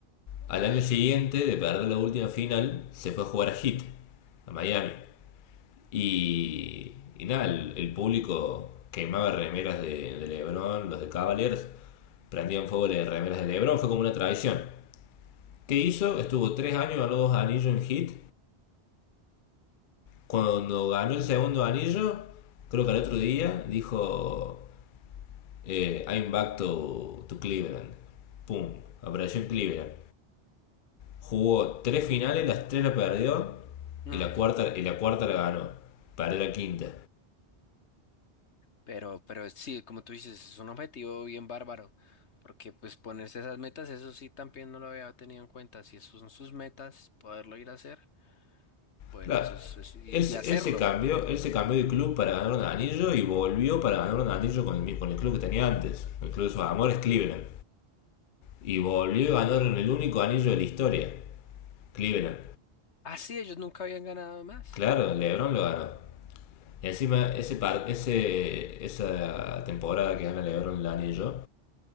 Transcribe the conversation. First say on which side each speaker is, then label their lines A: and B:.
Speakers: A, on the left (about 55°); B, on the left (about 80°).
A: Al
B: Ah,
A: año siguiente de perder la última final, se fue a jugar a Heat, a Miami. Y, y nada, el, el público quemaba remeras de, de Lebron, los de Cavaliers, prendían fuego de remeras de Lebron, fue como una tradición. ¿Qué hizo? Estuvo tres años, ganó dos anillos en Heat Cuando ganó el segundo anillo, creo que al otro día, dijo, eh, I'm back to, to Cleveland. Pum, apareció en Cleveland. Jugó tres finales, las tres la perdió
B: mm.
A: y la cuarta, y la, cuarta la ganó. Perdió la quinta.
B: Pero, pero sí, como tú dices, es un objetivo bien bárbaro, porque pues ponerse esas metas, eso sí también no lo había tenido en cuenta. Si son sus metas, poderlo ir a hacer, bueno,
A: Claro,
B: eso es, es- y,
A: él, se-
B: y hacerlo.
A: él se cambió, él se cambió de club para ganar un anillo y volvió para ganar un anillo con el, mi- con el club que tenía antes, el club de sus amores, Cleveland. Y volvió y ganaron el único anillo de la historia, Cleveland.
B: Ah, sí, ellos nunca habían ganado más.
A: Claro, LeBron lo ganó. Y encima ese, par- ese esa temporada que gana LeBron el anillo,